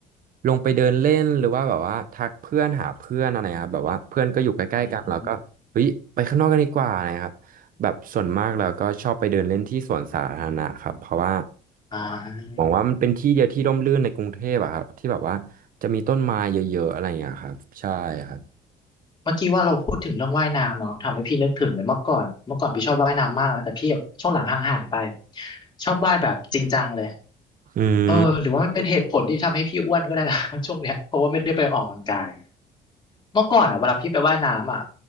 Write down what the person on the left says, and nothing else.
อืมอ่า
เมื่อกี้ว่าเราพูดถึงเรื่องว่ายน้ำเนาะทำให้พี่นึกถึงเลยเมื่อก่อนเมื่อก่อนพี่ชอบว่ายน้ำมากนะแต่พี่แบบช่วงหลังห่างๆไปชอบว่ายแบบจริงจังเลย
เออหรือว่าเป็นเหตุผลที่ทำให้พี่อ้วนก็ได้นะ <laughs> ช่วงเนี้ยเพราะว่าไม่ได้ไปออกกำลังกายเมื่อก่อนอ่ะเวลาพี่ไปว่ายน้ำอ่ะ